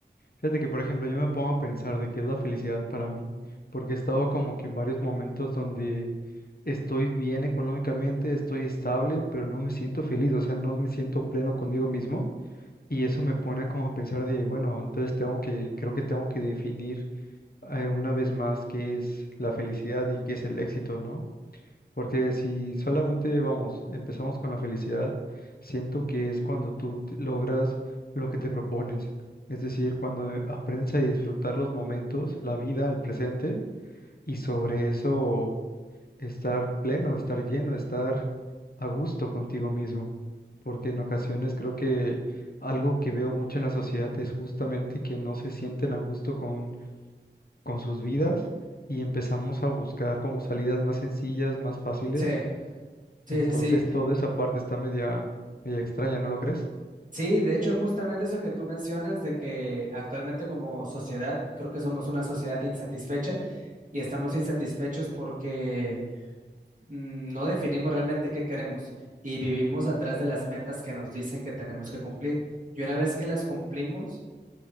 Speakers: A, on the left; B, on the right.
A: Fíjate que, por ejemplo, yo me pongo a pensar de qué es la felicidad para mí, porque he estado como que en varios momentos donde estoy bien económicamente, estoy estable, pero no me siento feliz, o sea, no me siento pleno conmigo mismo. Y eso me pone como a pensar de, bueno, entonces tengo que, creo que tengo que definir eh, una vez más qué es la felicidad y qué es el éxito, ¿no? Porque si solamente vamos, empezamos con la felicidad, siento que es cuando tú te- logras lo que te propones. Es decir, cuando eh, aprendes a disfrutar los momentos, la vida, el presente, y sobre eso estar pleno, estar lleno, estar a gusto contigo mismo. Porque en ocasiones creo que algo que veo mucho en la sociedad es justamente que no se sienten a gusto con, con sus vidas y empezamos a buscar como salidas más sencillas, más fáciles
B: Sí, sí,
A: entonces,
B: sí, sí.
A: toda esa parte está media, media extraña, ¿no lo crees?
B: Sí, de hecho, justamente eso que tú mencionas de que actualmente como sociedad, creo que somos una sociedad insatisfecha y estamos insatisfechos porque mm, no definimos realmente qué queremos y vivimos atrás de las metas que nos dicen que tenemos que cumplir. Y una vez que las cumplimos